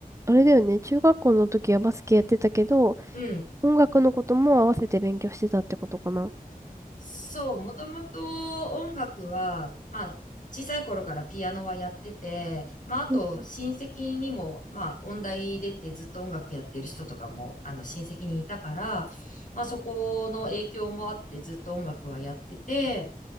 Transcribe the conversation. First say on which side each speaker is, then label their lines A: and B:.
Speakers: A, on the right; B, on the left.
A: あれだよね。中学校の時はバスケやってたけど、
B: うん。
A: 音楽のことも合わせて勉強してたってことかな。
B: そう、もともと音楽は、まあ、小さい頃からピアノはやってて、まあ、あと、
A: うん
B: 親戚にも、まあ、音大出てずっと音楽やってる人とかも、あの、親戚にいたから、まあ、そこの影響もあってずっと音楽はやってて、